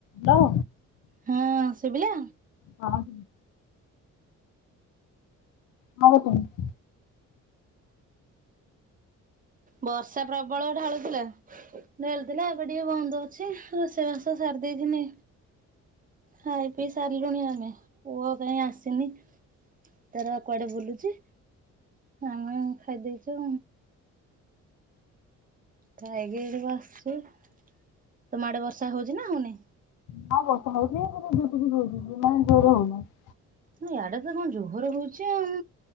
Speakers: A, on the left; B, on the right.
A: Hello.
B: ହଁ ଶୁଭିଲା।
A: ହଁ। କଣ କହୁଥୁଲୁ।
B: ବର୍ଷା ପ୍ରବଳ ଢାଳୁଥିଲା ଢାଳିଥିଲା ଏବେ ଟିକେ ବନ୍ଦ ଅଛି। ରୋଷେଇବାସ ସାରି ଦେଇେଇଥିନି ଖାଇ ପିଇ ସାରିଲୁଣି ଆମେ। ପୁଅ କାହିଁ ଆସିନି। ତାର କୁଆଡେ ବୁଲୁଛି ଆମେ ଖାଇ ଦେଇଛୁ। ଖାଇକି ଏଠି ବସଛୁ ତମ ଆଡେ ବର୍ଷା ହଉଚି ନା ହଉନି।
A: ହଁ ବର୍ଷା ହଉଛି ଟିକେ ଝିପ୍ ଝିପ୍ ହୋଉଛି ମେ ଜୋର ହଉନାହିଁ।
B: ନାଇଁ ଇଆଡେ ତ କଣ ଜୋହରେ ହଉଛି ଆଉ।